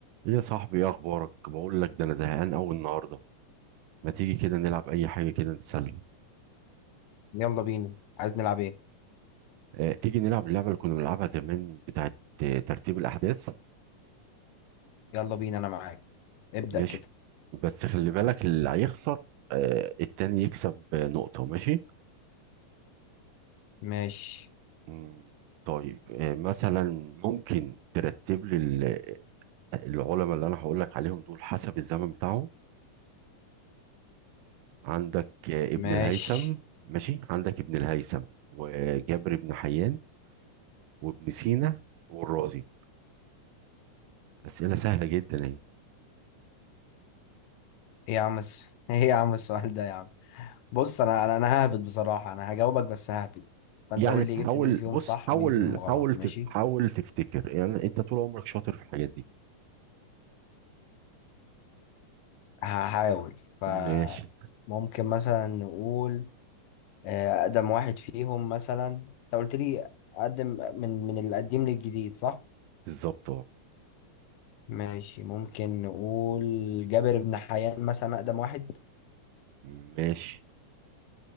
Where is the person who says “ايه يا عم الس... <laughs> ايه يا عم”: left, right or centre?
Left